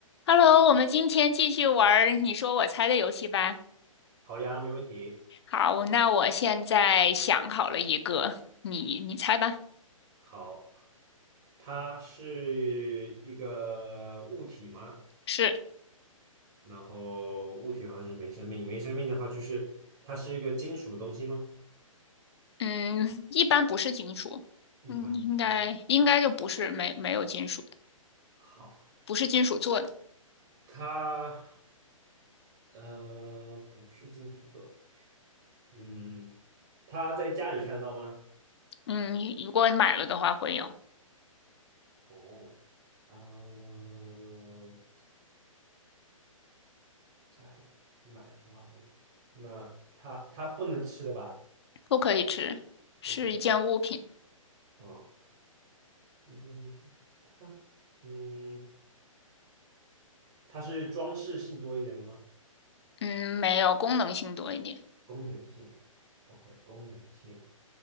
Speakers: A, on the left; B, on the right.
A: Hello，我们今天继续玩儿你说我猜的游戏吧。
B: 好呀，没问题。
A: 好，那我现在想好了一个，你你猜吧。
B: 好，它是一个物体吗？
A: 是，
B: 然后物体的话就是没生命，没生命的话就是它是一个金属东西吗？
A: 嗯，一般不是金属，
B: 一般不是。
A: 嗯，应该应该就不是没没有金属的，
B: 好，
A: 不是金属做的。
B: 它呃不是金属的，嗯，它在家里看得到吗？
A: 嗯，如果你买了的话会有，
B: 哦，嗯、家里买的话会有。那它它不能吃的吧？
A: 不可以吃，是一件物品。
B: 不可以。哦。一件物品，它，嗯，它是装饰性多一点的吗？
A: 嗯，没有功能性多一点，
B: 功能性，OK，功能性，